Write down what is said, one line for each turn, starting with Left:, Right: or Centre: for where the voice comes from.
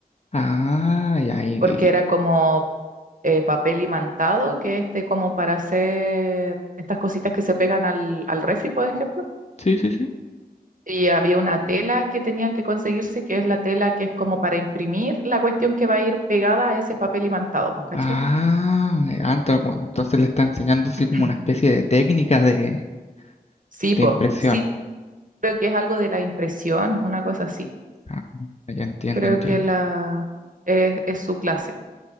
Left: Ah, ya. y- y-
Right: porque era como eh, papel imantado, que este como para hacer estas cositas que se pegan al, al refri, por ejemplo.
Left: Sí, sí, sí.
Right: Y había una tela que tenían que conseguirse, que es la tela que es como para imprimir la cuestión que va a ir pegada a ese papel imantado, pues, ¿cachai?
Left: Ah, ah, ento- cu- entonces le está enseñando así
Right: <clears throat>
Left: como una especie de técnica de,
Right: Sí,
Left: de
Right: pues,
Left: impresión.
Right: sí, creo que es algo de la impresión, una cosa así.
Left: Ah, ya entiendo,
Right: Creo
Left: entiendo.
Right: que la es, es su clase.